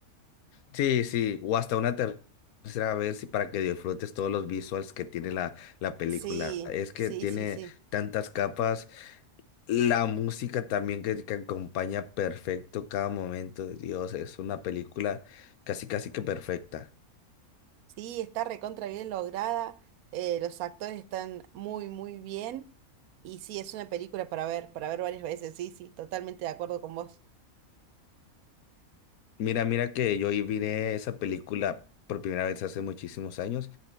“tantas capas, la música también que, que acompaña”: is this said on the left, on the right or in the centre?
Left